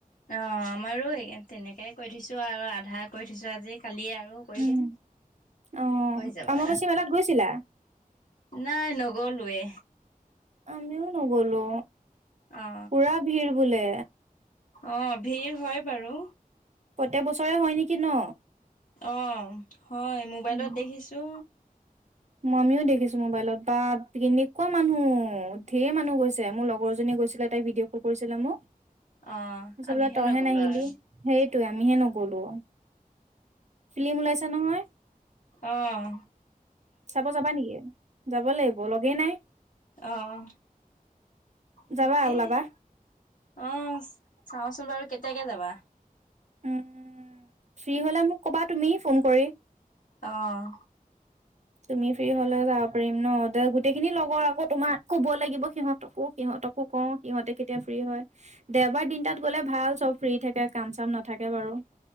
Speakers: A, on the left; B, on the right.
A: অ আমাৰো তেনেকে কৰি থৈছো আৰু আধা কৰি থৈছো আজি। কালিয়ে আৰু কৰি
B: উম।
A: দিম,
B: অ',
A: হৈ যাব।
B: অম্বুবাচী মেলাত গৈছিলা?
A: নাই নগলোৱে।
B: আমিও নগলো।
A: অ
B: পুৰা ভিৰ বোলে।
A: অ ভিৰ হয় বাৰু।
B: প্ৰত্যেক বছৰে হয় নেকি ন?
A: অ, হয় মোবাইলত
B: উম
A: দেখিছো।
B: মই আমিও দেখিছো মোবাইলত বাপ কেনেকোৱা মানুহ, ধেৰ মানুহ গৈছে মোৰ লগৰ জনী গৈছিলে ভিডিঅ বোৰ কৰিছিল মুক,
A: অ
B: তাৰপিছত
A: আমিহে
B: বোলে তইহে
A: নগলো
B: নাহিলি
A: আৰু
B: সেইটোৱে আমিহে নগলো। ফিলি্ম ওলাইছে নহয়
A: আহ
B: চাব যাবা নেকি যাব লাগিব লগেই নাই
A: আহ তাকেই
B: যাবা ওলাবা
A: আহ। চাওঁচোন বাৰু কেতিয়াকে যাবা?
B: উ ফ্ৰী হলে মোক ক'বা তুমি ফোন কৰি
A: আহ
B: তুমি ফ্ৰী হলে যাব পাৰিম ন দে গোটেই খিনি লগৰ আকৌ তোমাৰ ক'ব লাগিব সিহঁত আকো সিহঁত সিহঁতকো কওঁ সিহঁতে কেতিয়া ফ্ৰী হয়। দেওবাৰ দিনটাত গ'লে ভাল চব ফ্ৰী থাকে কাম চাম নাথাকে বাৰ আৰু